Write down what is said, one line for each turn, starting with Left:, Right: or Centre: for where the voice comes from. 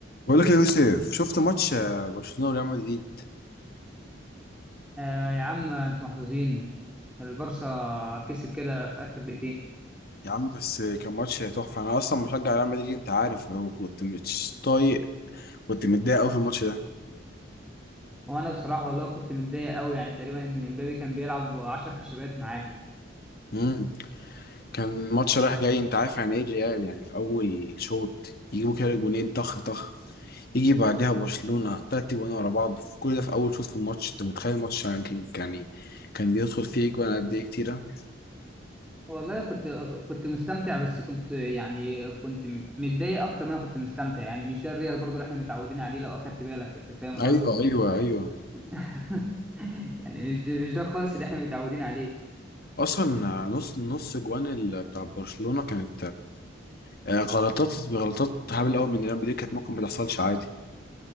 Left: بقول لك يا يوسف شفت ماتش آه، برشلونة وريال مدريد
Centre: آه يا عم انتوا محظوظين البارسا كسب كده في اخر دقيقتين
Left: يا عم بس آه، كان ماتش تحفة أنا أصلا مشجع ريال مدريد أنت عارف وكنت مش طايق كنت متضايق أوي في الماتش ده
Centre: وانا بصراحه والله كنت متضايق قوي يعني تقريبا ان امبابي كان بيلعب 10 خشبات معاه
Left: مم. كان ماتش رايح جاي أنت عارف يعني إيه الريال يعني في أول شوط يجيبوا كده جونين طخ طخ يجي بعدها برشلونة تلات جوان ورا بعض في كل ده في أول شوط في الماتش أنت متخيل الماتش يعني كان يعني كان بيدخل فيه جوان قد إيه كتيرة
Centre: والله كنت كنت مستمتع بس كنت يعني كنت متضايق اكتر ما انا كنت مستمتع يعني مش ده الريال برضو اللي احنا متعودين عليه لو اخدت بالك انت فاهم القصد
Left: أيوه أيوه أيوه
Centre: <laughs> يعني مش مش ده خالص اللي احنا متعودين عليه
Left: اصلا نص نص جوان ال- بتاع برشلونه كانت آه، غلطات غلطات هبل قوي من ريال مدريد كانت ممكن ما تحصلش عادي